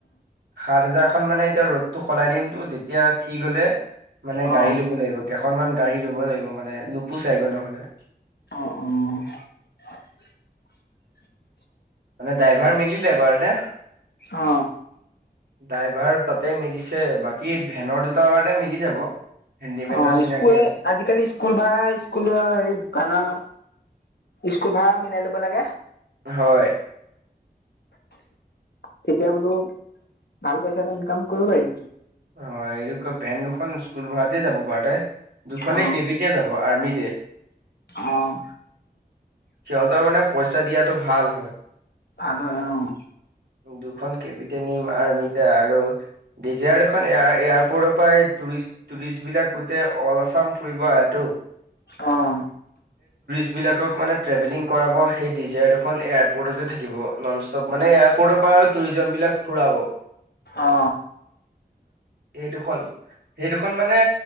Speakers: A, on the right (about 85°); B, on the left (about 80°).
A: সাতজাৰ খন মানে এতিয়া ৰ'দটো সলাই দিমতো তেতিয়া ঠিক হলে মানে
B: অ
A: গাড়ী ল'ব লাগিব কেইখনমান গাড়ী ল'ব লাগিব মান মানে নোপোচাই গৈ নহ'লে
B: অ-অ
A: মানে ড্ৰাইভাৰ মিলিলে বাৰু দে
B: অ
A: ড্ৰাইভাৰ তাতে মিলিছে বাকী ভেনৰ দুটাৰতে মিলি যাব। হেণ্ডিমেনৰ
B: অ,
A: চিনাকি
B: স্কুল
A: আছে।
B: আজিকালি স্কুল ভাড়া স্কুলৰ আনা স্কুল ভাড়া মিলাই ল'ব লাগে।
A: হয়।
B: তেতিয়া বোলো ভাল পইচা এটা ইনকাম কৰিব পাৰি।
A: হয়, এইটো ক ভেন দুখন স্কুল ভ়াতে যাব পাৰ দে দুখনে
B: অ
A: কেইবিতে যাব আৰ্মিতে
B: অ',।
A: সিহঁতৰ মানে পইচা দিয়াতটো ভাল হয়।
B: ভাল হয়।
A: দুখন কেপিট নিম আৰ্মিতে আৰু ডিজাৰখন এয়াৰপৰ্টত টুৰিষ্ট-টুৰিষ্ট বিলাক গোট অল আছাম ফুৰিব আহেটো
B: অ',।
A: যি বিলাকক মানে ট্ৰেভেলিং কৰাব সেই ডিজায়াৰ দুখন এয়াৰপৰ্টতে যে থা কিব নন ষ্টপ মানে এয়াৰপৰ্টৰ পৰা আৰু টুৰিজম বিলাক ফুৰাব
B: অ
A: এই দুখন সেই দুখন মানে